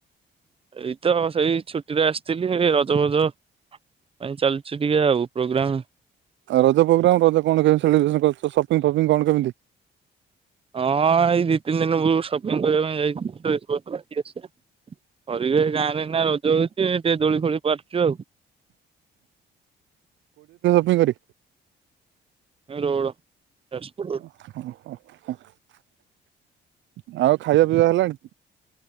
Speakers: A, on the right; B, on the right.
A: ଏଇ ତ ସେଇ ଛୁଟି ରେ ଆସିଥିଲି ର ଜ ଭଜ ପାଇଁ ଚାଲିଚି ଟିକେ ଆଉ ପ୍ରୋଗ୍ରାମ।
B: ଆଉ ରଜ ପ୍ରୋଗ୍ରାମ ରଜ କଣ କେମିତି ସେଲିବ୍ରେସନ କରୁଛ ସପିଙ୍ଗ ଫପିଙ୍ଗ କଣ କେମିତି?
A: ହଁ ଏଇ ଦି ତିନି ଦିନ ପୂର୍ବରୁ ସପିଙ୍ଗ କରିବା ପାଇଁ ଯାଇ ଥିଲି ଡ୍ରେସ୍ ପତ୍ର କିଣିଛି କରିବି ଆଉ ଗାଁ ରେ ନା ରଜ ହଉଛି। ଟିକେ ଦୋଳି ଫୋଳି ପାରୁଛୁ ଆଉ।
B: ମୁ କରି
A: ରୋଡ ଯାଜପୁର ରୋଡ।
B: ଓ ହ ହୋ। ଆଉ ଖାଇବା ପିଇବା ହେଲାଣି?